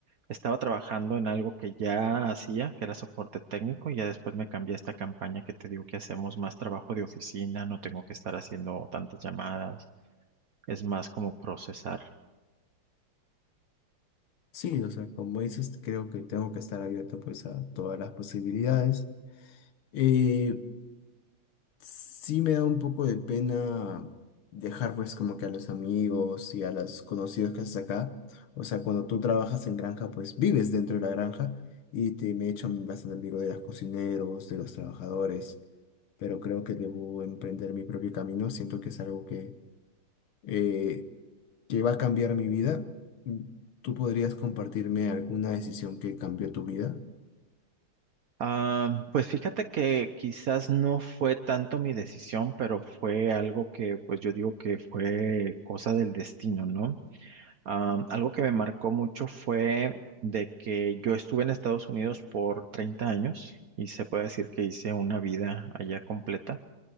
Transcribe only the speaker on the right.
Estaba trabajando en algo que ya hacía, que era soporte técnico, y ya después me cambié a esta campaña que te digo que hacemos más trabajo de oficina, no tengo que estar haciendo tantas llamadas, es más como procesar.
Ah, pues fíjate que quizás no fue tanto mi decisión, pero fue algo que pues yo digo que fue cosa del destino, ¿no? Am, algo que me marcó mucho fue de que yo estuve en Estados Unidos por 30 años y se puede decir que hice una vida allá completa.